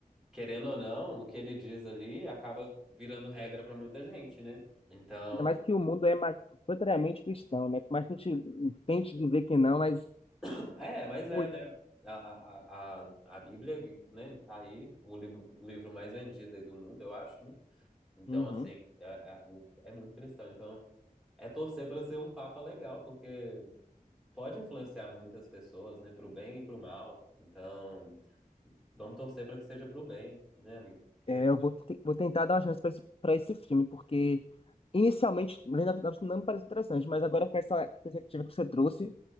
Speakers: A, in the centre; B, on the left.
A: querendo ou não, o que ele diz ali acaba virando regra pra muita gente, né? Então,
B: Ainda mais que o mundo é majoritariamente cristão, né? Por mais que a gente tente dizer que não, mas
A: <clears throat> é, mas é,
B: pô,
A: né? A, a, a, a a Bíblia, né, tá aí, o livro, o livro mais vendido aí do mundo, eu acho, né? Então,
B: Uhum.
A: assim, é, é, o- é muito cristão. Então. É torcer para ser um papa legal, porque pode influenciar muitas pessoas, né, para o bem e para o mal. Então, vamos torcer para que seja para o bem, né, amigo? Porque
B: É, eu vou, te- vou tentar dar uma chance para esse, pra esse filme, porque inicialmente Lenda das Anápolis não me parece interessante, mas agora com essa perspectiva que você trouxe,